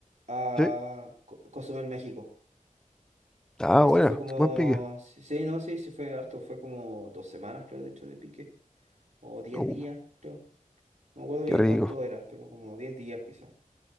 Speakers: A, on the right; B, in the centre.
A: a
B: Sí.
A: Co- Cozumel, México.
B: Ah,
A: Esto
B: buena.
A: fue como,
B: Buen pique.
A: sí, sí, no, sí, sí fue harto, fue como dos semanas, creo, de hecho, de pique, o diez
B: Uh,
A: días, creo. No me acuerdo
B: qué
A: bien
B: rico.
A: cuánto era, pero como diez días quizás.